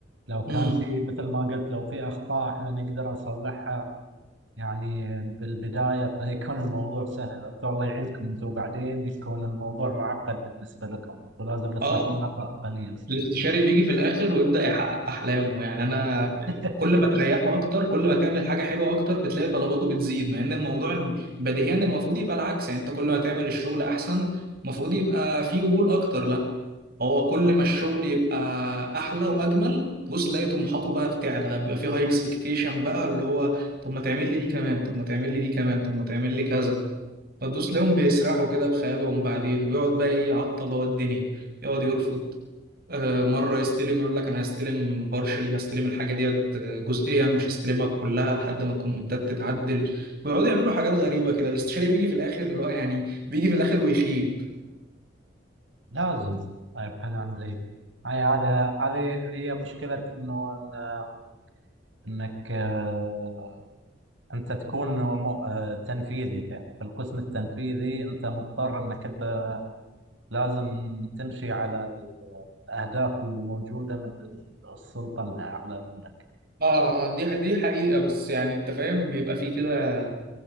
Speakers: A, on the right; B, on the right.
A: لو كان
B: امم
A: في مثل ما قلت لو في اخطاء احنا نقدر نصلحها يعني بالبدايه فيكون الموضوع سهل انتم الله يعينكم انتم بعدين يكون الموضوع معقد بالنسبه لكم انتم لازم نسبه
B: اه
A: الخطا قليله
B: الاستشاري بيجي في الاخر ويبدا يحقق احلامه يعني انا
A: <laughs>
B: كل ما تريحه اكتر كل ما تعمل حاجه حلوه اكتر بتلاقي طلباته بتزيد مع ان الموضوع بديهيا المفروض يبقى العكس يعني انت كل ما تعمل الشغل احسن المفروض يبقى فيه قبول اكتر لا هو كل ما الشغل يبقى احلى واجمل تبص تلاقي طموحاته بقى بتعلى بيبقى فيه هاي اكسبكتيشن بقى اللي هو طب ما تعمل لي دي كمان طب ما تعمل لي دي كمان طب ما تعمل لي كذا فتدوس تلاقيهم بيسرحوا كده بخيالهم بعدين ويقعد بقى ايه يعطل هو الدنيا يقعد يرفض آه، مرة يستلم يقول لك أنا هستلم بارشلي هستلم الحاجة ديت آه، جزئية مش هستلمها كلها لحد ما الكومنتات تتعدل ويقعدوا يعملوا حاجات غريبة كده الاستشاري بيجي في الآخر اللي هو يعني بيجي في الآخر ويخيب
A: لازم طيب حنعمل ايه هاي هذا هذه هي مشكلة انه إن- انك آه، انت تكون مو- آه، تنفيذي يعني في القسم التنفيذي انت مضطر انك انت لازم تمشي على ال- الاهداف اللي موجودة من السلطة الاعلى منك
B: اه آه، دي دي حقيقة بس يعني أنت فاهم بيبقى فيه كده